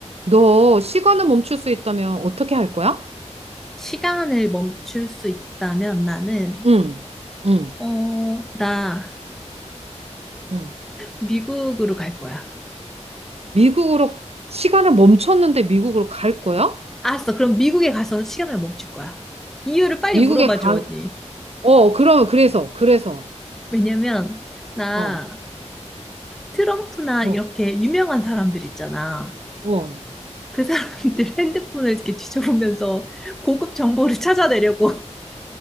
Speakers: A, on the right; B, in the centre.
A: 너 시간을 멈출 수 있다면 어떻게 할 거야?
B: 시간을 멈출 수 있다면 나는,
A: 응, 응,
B: 어, 나
A: 응.
B: 미국으로 갈 거야.
A: 미국으로, 시간을 멈췄는데 미국으로 갈 거야?
B: 알았어. 그럼 미국에 가서 시간을 멈출 거야. 이유를 빨리
A: 미국에
B: 물어봐줘,
A: 가,
B: 언니.
A: 어, 그러면, 그래서, 그래서,
B: 왜냐면, 나
A: 어,
B: 트럼프나
A: 어,
B: 이렇게 유명한 사람들 있잖아.
A: 어.
B: 그 사람들 <laughs> 핸드폰을 이렇게 뒤져보면서 고급 정보를 찾아내려고.